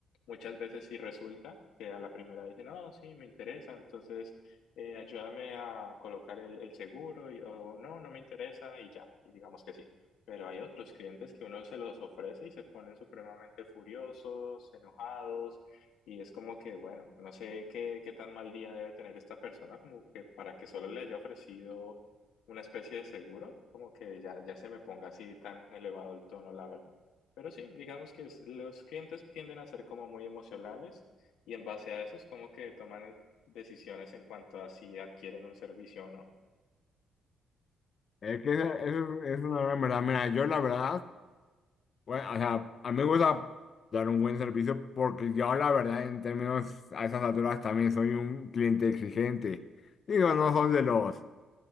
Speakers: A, on the left; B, on the left.
A: Muchas veces sí resulta que a la primera dicen, no, sí, me interesa, entonces eh, ayúdame a colocar el, el seguro y, o no, no me interesa y ya, y digamos que sí. Pero hay otros clientes que uno se los ofrece y se ponen supremamente furiosos, enojados y es como que, bueno, no sé qué, qué tan mal día debe tener esta persona, como que para que solo le haya ofrecido una especie de seguro, como que ya, ya se me ponga así tan elevado el tono, la verdad. Pero sí, digamos que es- los clientes tienden a ser como muy emocionales y en base a eso es como que toman decisiones en cuanto a si adquieren un servicio o no.
B: Es que esa- eso es, es una gran verdad. Mira, yo la verdad, bueno, o sea, a mí me gusta dar un buen servicio porque yo la verdad en términos a esas alturas también soy un cliente exigente. Digo, no soy de los